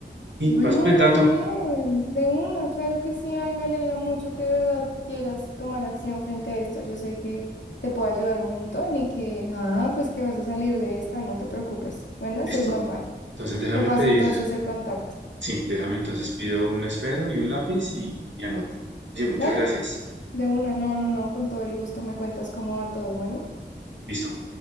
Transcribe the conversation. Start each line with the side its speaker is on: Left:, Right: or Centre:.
Right: Y
Left: Bueno,
Right: pásame el dato.
Left: qué bien, de una, claro que sí, ay, me alegra mucho que de verdad quieras tomar acción frente a esto. Yo sé que te puedo ayudar un montón y que nada, pues que vas a salir de esta, no te preocupes. Bueno, eso
Right: Listo.
Left: es normal.
Right: Entonces déjame
Left: Te paso
Right: pedir.
Left: entonces el contacto.
Right: Sí, déjame entonces pido un esfero y un lápiz y, y anoto. Oye, muchas
Left: Dale,
Right: gracias.
Left: de una, no, no, no, con todo el gusto me cuentas cómo va todo, bueno.
Right: Listo.